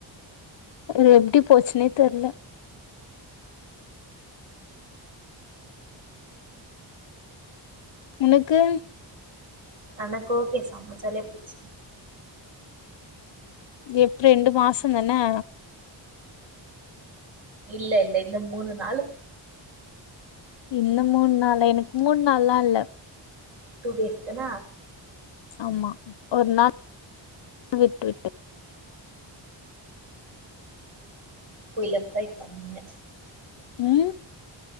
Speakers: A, on the left (about 65°); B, on the right (about 75°).
A: அது எப்படி போச்சுன்னே தெர்ல உனக்கு
B: எனக்கு ஓகே செம ஜாலியா போச்சு
A: எப்ப ரெண்டு மாசம் தானே
B: இல்ல இல்ல இந்த மூணு நாளு
A: இன்னும் மூணு நாள்ல எனக்கு மூணு நாள்ல்லா இல்ல
B: டூ டேஸ் தன
A: ஆமா ஒரு நாள் விட்டு விட்டு
B: கோயில பிரை பண்ணே
A: ம்